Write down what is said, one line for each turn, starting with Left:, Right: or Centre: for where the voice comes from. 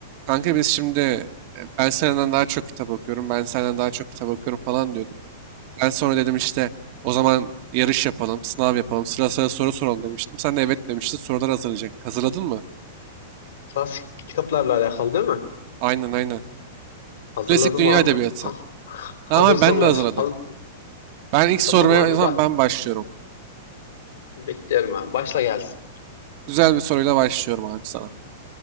Right: Kanka biz şimdi e, ben senden daha çok kitap okuyorum, ben senden daha çok kitap okuyorum falan diyorduk. Ben sonra dedim işte o zaman yarış yapalım, sınav yapalım, sıra sıra soru soralım demiştim. Sen de evet demiştin, sorular hazırlayacaktık. Hazırladın mı?
Left: Klasik kitaplarla alakalı değil mi?
Right: Aynen aynen.
Left: Hazırladım
Right: Klasik dünya
Left: abi.
Right: edebiyatı.
Left: Ha, hazır
Right: Tamam abi,
Left: sorular.
Right: ben de hazırladım.
Left: Ha-
Right: Ben ilk sormaya
Left: tamam abi.
Right: o zaman
Left: Ba-
Right: ben başlıyorum.
Left: bekliyorum abi. Başla gelsin.
Right: Güzel bir soruyla başlıyorum abi sana.